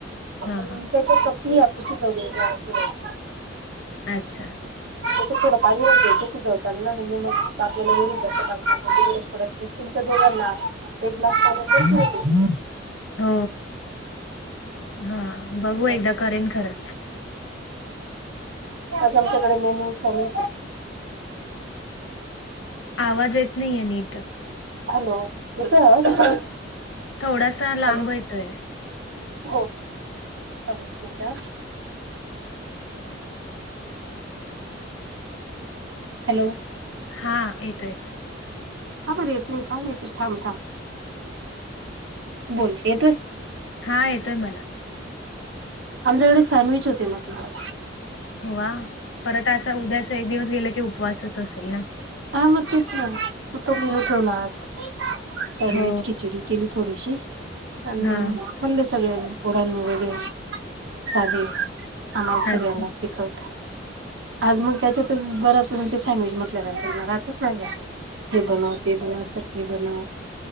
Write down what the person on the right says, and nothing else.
आणि
त्याच्यात फक् हतशी जगलेली आहे स
त्याच्या थोडं पाणी शिजवताना म्हणजे मग आपल्याला वरून जास्त पाणी टाकण्याची गरज पडत नाही तुमच्या दोघांना एक ग्लास पाणी भरपूर होतेय
असं
आज आमच्याकडे मेनू सॅडविच
हॅलो येतोय आवाज
हॅलो
हो थांब एक मिनिट आ हॅलो
काबर येत नाही काय माहित थांब थांब बोल येतोय
आमच्याकडे सँडविच होते म्हटलं
हा मग तेच ना मग तो मेनू ठेवला आज सँडविच
खिचडी केली थोडीशी आणि मग
खाल्ले सगळ्यांनी पोरांनी वेगळे साधे आम्हाला सगळ्यांना
तिखट आज मग त्याच्यातच बराच म ते सॅडविच म्हटलं राहतच नाही हे बनव ते बनव चटणी बनव